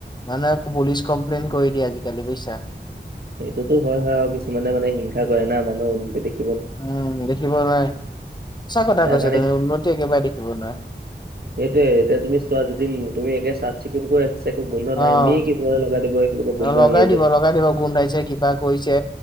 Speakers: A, on the left (about 25°); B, on the right (about 60°).
A: মানুহে আকৌ পুলিচ কমপ্লেইন কৰি দিয়ে আজিকালি বুজিছা।
B: সেইটোতো হয় হয় আৰু কিছুমানে মানে হিংসা কৰে না মানুহৰ উন্নতি দেখি
A: উম উ উ দেখিব নোৱাৰে সঁচা কথা
B: তাৰ
A: কৈছা
B: কাৰণে
A: তুমি উন্নতি একেবাৰে দেখিব নোৱাৰে।
B: সেইটোৱে এতিয়া তুমি চোৱা যদি তুমি একে চাফ-চিকুণ কৰি ৰাখিছা একো গোন্ধ নাই
A: অ
B: এনেই
A: অ,
B: কিছুমানে লগাই দিব এইফালৰ পৰা গোন্ধ
A: অ লগাই
B: আহি আছে।
A: দিব লগাই দিব গোন্ধাইছে কিবা কৰিছে।